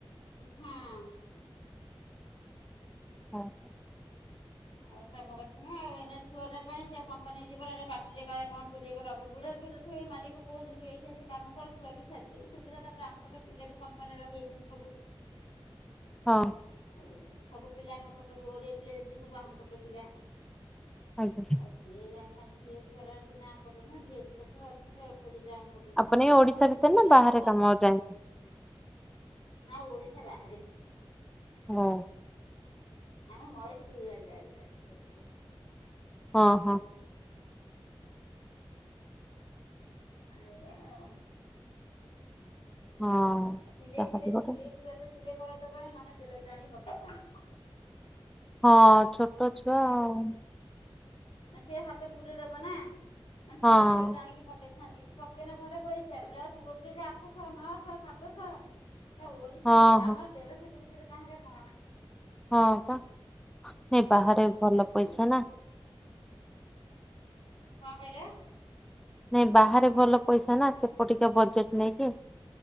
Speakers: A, on the left; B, in the centre.
A: ଉଁ ହଁ।
B: ହଁ ହଁ।
A: ଆଉ କାମ କରିଥୁ ଆଉ ଏଇନା ଛୁଆଟା ପାଇଁ ସେ କମ୍ପାନୀ ଯିବନ ଏଇଟା ପାଟିରେ କାଳେ କଣ ପୁରଇବ ବୁଢାଢ ଛଇ ମାଲିକ କହୁଛି ଏଠି ଆସି କାମ କର ଛୁଆ ବି ଖାଦବି ସୁବିଧା ତାପରେ ଆମପଟେ ପିଲା ବି କମ୍ପାନୀରେ ରହିଯାଇଛନ୍ତି ସବୁ। <inaudible>
B: ହଁ।
A: ଆଉ ସବୁ ପିଲା ଆମ ଫଟୋ ଓଡିଆ ପିଲା ଯେତିକି ସବୁ ଆମ ଫଟୋ ପିଲା।
B: ଆଜ୍ଞା।
A: ଆଉ ସିଏ ଯା ଝଅ ଫେରାର୍ ସିନା ପଟ ନୁହେଁ ଝଅ ସେ ତଥା ଅଛନ୍ତି ଅଳ୍ପ ଦିଟା ମପଟ ଝିଅ
B: ଆପଣ ଏଇ ଓଡିଶା
A: ଆଉ ପୁଅ
B: ଭିତରେ ନା
A: ପିଲା
B: ବାହାରେ
A: ସବୁ ଆମପଟ।
B: କାମ ଯାଇକି
A: ନା ଓଡ଼ିଶା ବାହାରେ।
B: ହଁ।
A: ଆମେ ମୟ ସୁର ଲାଗା ଆସିକି ଅଛୁ।
B: ହଁ ହଁ।
A: ଆଜ୍ଞା ଆଉ।
B: ହଁ।
A: ଆଉ ସିଲେଇ
B: ଯାହାବି
A: ଫିଲେଇ ସ
B: ଗୋଟେ
A: ଏଇ ଛୁଆ ତ ସିଲେଇାଇ କରିଦବନି ନହେ ଟେଲର ଟାଣିକ ପକେଇଥାନ୍ତି।
B: ହଁ ଛୋଟ ଛୁଆ ଆଉ।
A: ସେ ହାତ ପୁରରେ ଦବ ନା ଟେ
B: ହଁ
A: ଫିଲ ଆଣିକି ପକେଇଥା ପକେଇଲେ ଭଲ ପଇସା ବ୍ଲାଉଜ ଗୋଟେରେ ଆଠଶହ ନଅଶହ ସାତଶହ ସେ ଓଡିଶାରେ
B: ହଁ
A: ଆମର ଦେଢଶହ ଜିନଷରେ କାଁ ରେ କଣ।
B: ହଁ ବା ଏଇ ବାହାରେ ଭଲ
A: ଆଜ୍ଞା
B: ପଇସା ନା।
A: କଣ କହିଲ?
B: ନାଇଁ ବାହାରେ ଭଲ ପଇସା ନା ସେପଟିକା ବଜେଟ ନେଇକି‌।